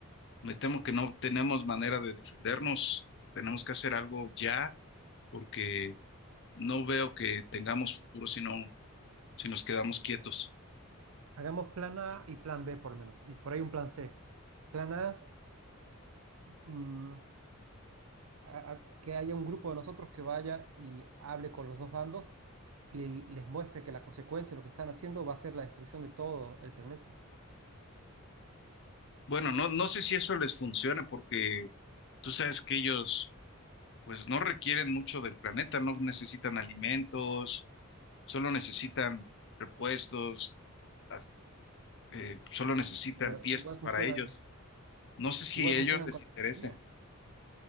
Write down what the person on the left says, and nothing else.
Me temo que no tenemos manera de defendernos. Tenemos que hacer algo ya porque no veo que tengamos futuro si no, si nos quedamos quietos.
Bueno, no, no sé si eso les funciona porque tú sabes que ellos pues no requieren mucho del planeta, no necesitan alimentos, solo necesitan repuestos, as- eh, solo necesitan
piezas
para
ellos. No sé si
a
ellos les
interese.